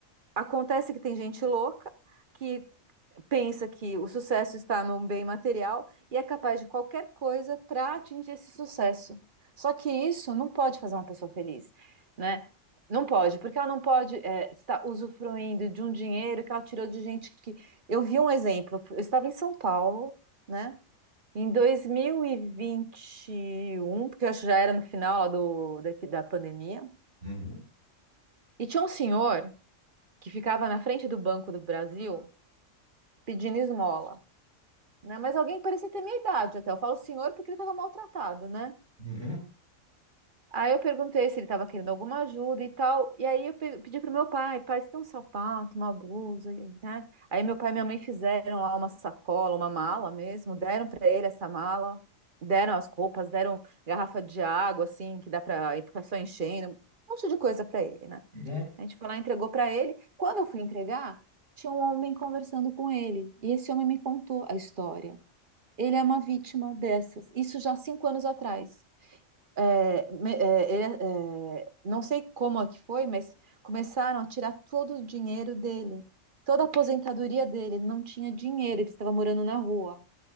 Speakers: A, on the right; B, on the right.
A: acontece que tem gente louca que pensa que o sucesso está no bem material e é capaz de qualquer coisa para atingir esse sucesso. Só que isso não pode fazer uma pessoa feliz, né? Não pode, porque ela não pode é, estar usufruindo de um dinheiro que ela tirou de gente que. Eu vi um exemplo, eu estava em São Paulo, né? Em dois mil e e vinte e um, porque eu acho que já era no final lá do, da, da pandemia,
B: Uhum,
A: e tinha um senhor que ficava na frente do Banco do Brasil pedindo esmola. né? Mas alguém que parecia ter minha idade até. Eu falo senhor porque ele estava maltratado, né?
B: uhum,
A: Aí eu perguntei se ele estava querendo alguma ajuda e tal. E aí eu pe- pedi pro meu pai, pai, você tem um sapato, uma blusa, e- né? Aí meu pai e minha mãe fizeram lá uma sacola, uma mala mesmo, deram para ele essa mala, deram as roupas, deram garrafa de água assim, que dá para ficar só enchendo, um monte de coisa para ele, né?
B: uhum.
A: A gente foi lá e entregou para ele. Quando eu fui entregar, tinha um homem conversando com ele, e esse homem me contou a história. Ele é uma vítima dessas. Isso já há cinco anos atrás. É, me- é, ele, é, é, não sei como é que foi, mas começaram a tirar todo o dinheiro dele, toda a aposentadoria dele. Ele não tinha dinheiro, ele estava morando na rua.